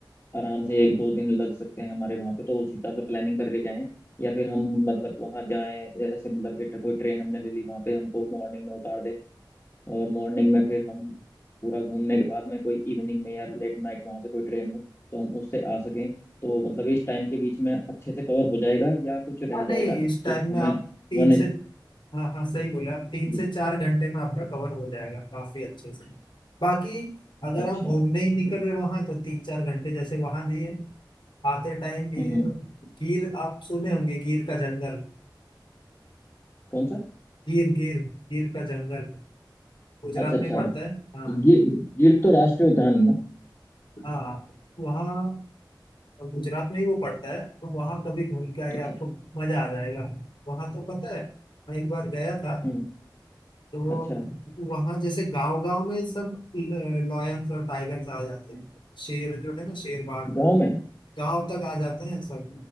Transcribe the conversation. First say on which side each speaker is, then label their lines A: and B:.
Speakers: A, on the left (about 30°); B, on the left (about 75°).
A: आराम से एक दो दिन लग सकते हैं हमारे वहां पे तो उस हिसाब से प्लानिंग करके जाएं या फिर हम मतलब वहां जाएं ऐसे मतलब कि कोई ट्रेन हमने ले ली वहां पे हमको मॉर्निंग में उतार दे और मॉर्निंग में फिर हम पूरा घूमने के बाद में कोई इवनिंग में या लेट नाइट वहाँ से कोई ट्रेन हो तो हम उससे आ सकें तो मतलब इस टाइम के बीच में अच्छे से कवर हो जाएगा या कुछ रह
B: हाँ
A: जाएगा
B: नहीं इस टाइम
A: तो
B: में
A: हमें
B: आप तीन
A: वन
B: से हाँ हाँ सही बोले आप तीन से
A: जी
B: चार घंटे में आपका कवर हो जाएगा काफी अच्छे से बाकी अगर
A: अच्छा
B: आप घूमने ही निकल रहे वहां तो तीन चार घंटे जैसे वहां नहीं है आते टाइम ये
A: हम्म हम्म,
B: गिर आप सुने होंगे गिर का जंगल
A: कौन सा
B: गिर गिर गिर का जंगल गुजरात
A: अच्छा अच्छा
B: में ही पड़ता है हाँ
A: गिर गिर तो राष्ट्रीय उद्यान है ना
B: हाँ वहाँ गुजरात में ही वो पड़ता है तो वहाँ कभी घूम के आइए
A: अच्छा
B: आपको मजा आ जाएगा वहाँ तो पता है मैं एक बार गया था
A: हम्म
B: तो
A: अच्छा
B: वहाँ जैसे गांव गांव में सब लॉयंस और टाइगर्स आ जाते हैं शेर जो है ना शेर बाघ
A: गांव में
B: गांव तक आ जाते हैं सब